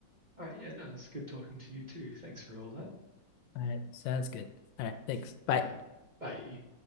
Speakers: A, on the right; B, on the left.
A: All right, yeah, no, it's good talking to you too. Thanks for all that.
B: All right, sounds good. All right, thanks. Bye.
A: All right, bye.